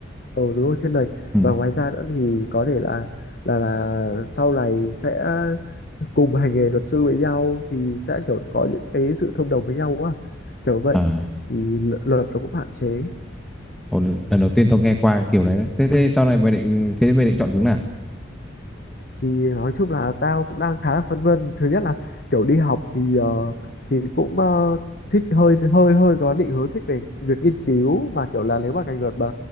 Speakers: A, on the left; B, in the centre.
A: ờ đúng rồi thiên lệch
B: Ừ.
A: và ngoài ra nữa thì có thể là là là sau này sẽ cùng hành nghề luật sư với nhau thì sẽ kiểu có những cái sự thông đồng với nhau quá kiểu vậy
B: À,
A: thì lu- luật nó cũng hạn chế
B: ồ, lần đầu tiên tao nghe qua kiểu đấy đấy. Thế thế sau này mày định thế mày định chọn hướng nào?
A: thì nói chung là tao cũng đang khá là phân vân thứ nhất là kiểu đi học thì ờ, thì cũng ờ, thích hơi hơi hơi có định hướng thích về việc nghiên cứu mà kiểu là nếu mà ngành luật mà